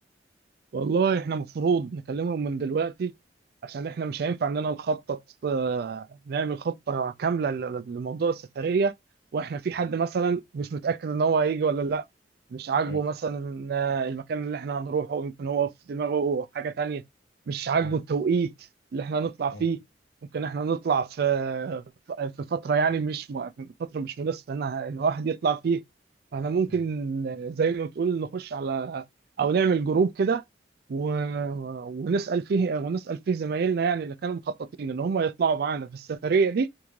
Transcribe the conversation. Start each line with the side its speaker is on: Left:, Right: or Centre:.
Right: والله احنا مفروض نكلمهم من دلوقتي عشان احنا مش هينفع اننا نخطط آه، نعمل خطة كاملة ل- لموضوع السفرية واحنا في حد مثلا مش متأكد ان هو هيجي ولا لا مش عاجبه
Left: أه،
Right: مثلا آه، المكان اللي احنا هنروحه يمكن هو في دماغه حاجة تانية مش عاجبه
Left: أه،
Right: التوقيت اللي احنا هنطلع فيه
Left: أه،
Right: ممكن احنا نطلع في في فترة يعني مش م- فترة مش مناسبة ان إن الواحد يطلع فيه فاحنا ممكن
Left: أه.
Right: آه، زي ما بتقول نخش على او نعمل جروب كده و... ونسأل فيه ونسأل فيه زمايلنا يعني اللي كانوا مخططين ان هم يطلعوا معانا في السفرية دي